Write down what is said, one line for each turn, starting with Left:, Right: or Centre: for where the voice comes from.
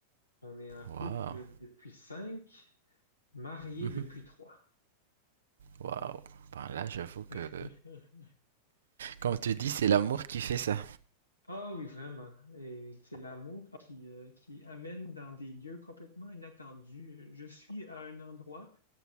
Left: On est en couple
Right: Waouh.
Left: depuis cinq, mariés
Right: Mhm.
Left: depuis trois.
Right: Waouh. Ben là, j'avoue
Left: <laughs>
Right: que comme tu dis, c'est l'amour qui fait ça.
Left: Ah oui, vraiment. Et c'est l'amour qui, euh, qui amène dans des lieux complètement inattendus. Je suis à un endroit